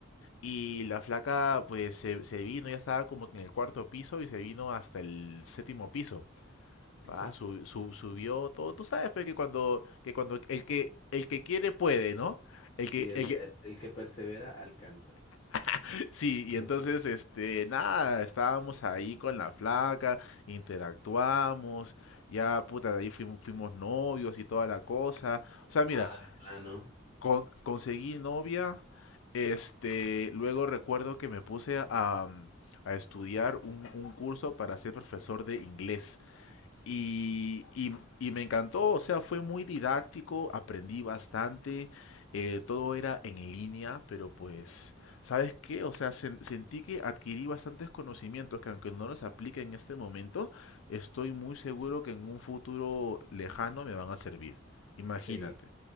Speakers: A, on the left; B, on the left.
A: Y la flaca pues se, se vino, ya estaba como que en el cuarto piso y se vino hasta el séptimo piso.
B: <laughs>
A: Pa, sub- sub- subió todo. Tú sabes pe, que cuando, que cuando el que, el que quiere puede, ¿no? El
B: Sí,
A: que,
B: el,
A: el que,
B: el- el que persevera alcanza.
A: <laughs> sí, y
B: Ujú.
A: entonces, este, nada, estábamos ahí con la flaca, interactuamos, ya, puta, de ahí fuimos, fuimos novios y toda la cosa. O sea, mira,
B: Ah, de plano.
A: con- conseguí novia, este, luego recuerdo que me puse a, a estudiar un, un curso para ser profesor de inglés. Y, y- y me encantó, o sea, fue muy didáctico, aprendí bastante, eh, todo era en línea, pero pues, ¿sabes qué? O sea, sen- sentí que adquirí bastantes conocimientos que aunque no los aplique en este momento, estoy muy seguro que en un futuro lejano me van a servir. Imagínate
B: Sí.